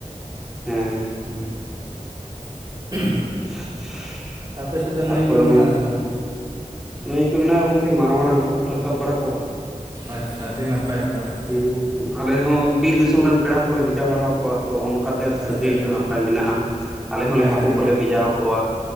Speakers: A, in the centre; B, on the right.
A: ᱦᱮᱸ
B: ᱦᱩᱸ <unintelligible>
A: <inaudible>
B: ᱟᱯᱮ ᱥᱮᱫ ᱫᱚ ᱱᱟᱹᱭ
A: ᱛᱟᱨᱯᱚᱨᱮ
B: ᱠᱚ ᱢᱮᱱᱟᱜᱼᱟ
A: ᱜᱚᱝᱠᱮ
B: ᱥᱮ ᱵᱟᱝ?
A: ᱱᱟᱹᱭ ᱠᱚ ᱢᱮᱱᱟᱜᱼᱟ ᱜᱚᱝᱠᱮ ᱢᱟᱨᱟᱝ ᱢᱟᱨᱟᱝ ᱦᱟᱹᱠᱩ ᱠᱚᱞᱮ ᱥᱟᱵ ᱵᱟᱲᱟ ᱠᱚᱣᱟ᱾
B: ᱟᱪᱪᱷᱟ ᱟᱹᱰᱤ ᱱᱟᱯᱟᱭ ᱛᱟᱦᱞᱮ
A: ᱦᱮᱸ ᱟᱞᱮ ᱦᱚᱸ ᱵᱤᱨ ᱫᱤᱥᱚᱢ ᱨᱮᱱ ᱯᱮᱲᱟ ᱠᱚᱞᱮ ᱵᱷᱮᱡᱟ ᱵᱟᱲᱟᱣ ᱠᱚᱣᱟ ᱛᱚ ᱚᱱᱠᱟ ᱛᱮ
B: ᱟᱪᱪᱷᱟ
A: ᱥᱟᱹᱜᱟᱹᱭ
B: ᱟᱪᱪᱷᱟ
A: ᱠᱚ ᱱᱟᱯᱟᱭ ᱢᱮᱱᱟᱜᱼᱟ᱾ ᱟᱞᱮ ᱦᱚᱸᱞᱮ
B: ᱦᱮᱸ
A: ᱦᱟᱹᱠᱩ
B: ᱦᱮᱸ
A: ᱠᱚᱞᱮ ᱵᱷᱮᱡᱟᱣ ᱠᱚᱣᱟ᱾